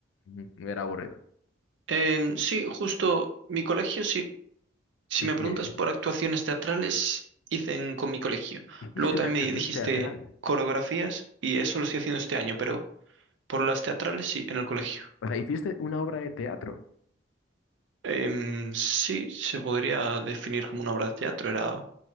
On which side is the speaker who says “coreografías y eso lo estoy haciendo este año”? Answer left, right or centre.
Right